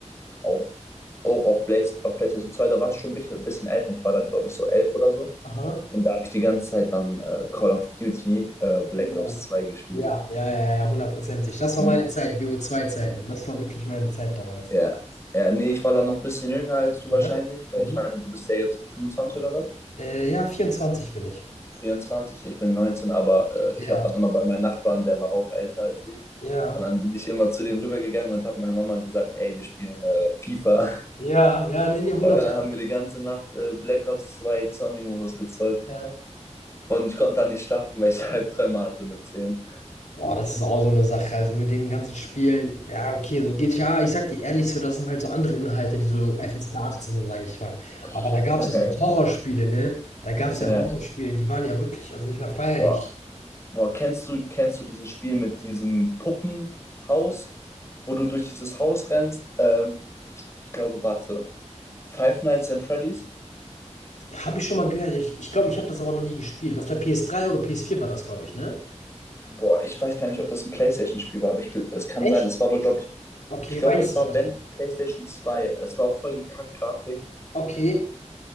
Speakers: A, on the left; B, on the left.
A: auch, auch auf Play, auf PlayStation 2, da war es schon ein bisschen, bisschen älter. Ich war da, glaube ich, so elf oder so.
B: Aha.
A: Und da habe ich die ganze Zeit dann äh, Call of Duty äh, Black
B: Genau.
A: Ops 2 gespielt.
B: Ja, ja, ja, ja, hundertprozentig. Das war
A: Hm,
B: meine Zeit, bo zwei zeiten Das war wirklich meine Zeit damals.
A: ja. ja, nee, ich war da noch ein bisschen jünger als du
B: Mhm.
A: wahrscheinlich, weil
B: Mhm.
A: ich meine, du bist ja jetzt 25 oder was?
B: Äh, ja, vierundzwanzig bin ich.
A: 24, ich bin 19, aber äh,
B: Ja.
A: ich habe dann immer bei meinem Nachbarn, der war auch älter als ich.
B: Ja.
A: Und dann bin ich immer zu dem rübergegangen und habe meine Mama gesagt, ey, wir spielen äh, FIFA.
B: Ja, ja, ne,
A: <laughs>
B: ne, 100.
A: Und dann haben wir die ganze Nacht äh, Black Ops 2 Zombie-Modus gezockt.
B: Ja.
A: Und ich konnte da nicht schlafen, weil ich <laughs> Albträume hatte mit zehn
B: Boah, das ist auch so eine Sache. Also, mit den ganzen Spielen, ja, okay, so GTA, ich sag dir ehrlich, so das sind halt so andere Inhalte, die so FSK 18 sind, sage ich mal. Aber
A: <laughs>
B: da gab's ja so Horrorspiele, ne? Da gab's
A: ja.
B: ja Horrorspiele, die waren ja wirklich, also, nicht mehr feierlich.
A: Boah, Boah, kennst du, kennst du dieses Spiel mit diesem Puppenhaus, wo du durch dieses Haus rennst? Ähm, ich glaube, warte. Five Nights at Freddy's?
B: Habe ich schon mal gehört. Ich glaube, ich, glaub, ich habe das aber noch nie gespielt. Auf der PS3 oder PS4 war das, glaube ich, ne?
A: Boah, ich weiß gar nicht, ob das ein PlayStation-Spiel war, aber ich, gl- es kann
B: Echt?
A: sein. Es war aber, glaube ich,
B: Okay,
A: ich glaube,
B: weiß
A: das war,
B: ich. ja.
A: wenn, PlayStation 2. Es war auch voll die Kackgrafik,
B: Okay.